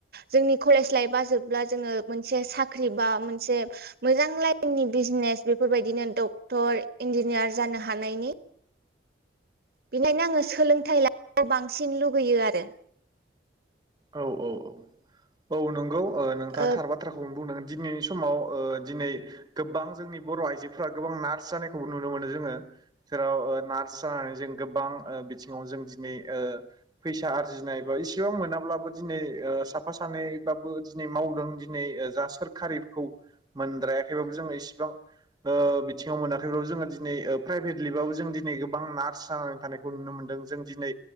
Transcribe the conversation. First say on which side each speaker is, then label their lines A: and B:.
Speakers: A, on the right; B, on the right.
A: जोंनि कलेज लाइफा जोबब्ला जोङो मोनसे साख्रि बा मोनसे मोजां लाइननि बिजनेस बेफोरबायदिनो डक्टर इन्जिनियार जानो हानायनि
B: <inaudible>
A: बिनिनो आङो सोलोंथाइ ला बांसिन लुगैयो आरो।
B: औ औ औ औ नंगौ नोंथाङा
A: ओ
B: थार बा थ्राखौनो बुं दिनैनि समाव दिनै गोबां जोंनि बर' आइजोफोरा गोबां नार्स जानायखौबो नुनो मोनो जोङो। जेराव नार्स जानानै जों गोबां बिथिङाव जों दिनै ओ फैसा आरजिनायबा इसेबां मोनाब्ला बो दिनै साफा सानैबाबो दिनै मावदों दिनै जा सोरखारिखौ मोनद्रायाखैबाबो जोङो इसेबां बिथिङाव मोनाखैबाबो जोङो दिनै प्राइभेट लिबाबो जों दिनै गोबां नार्स जानानै थानाय नुनो मोनदों जों दिनै